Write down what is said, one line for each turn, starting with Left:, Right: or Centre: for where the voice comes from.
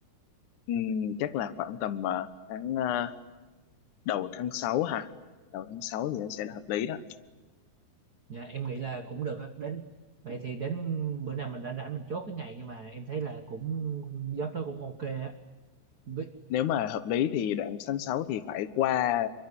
Left: Ừ, chắc là khoảng tầm ờ, tháng ờ, đầu tháng 6 ha đầu tháng 6 thì nó sẽ là hợp lý đó
Right: dạ, em nghĩ là cũng được á đến vậy thì đến bữa nào mình rảnh rảnh mình chốt cái ngày nhưng mà em thấy là cũng giấc đó cũng ok á Với-
Left: nếu mà hợp lý thì đoạn tháng 6 thì phải qua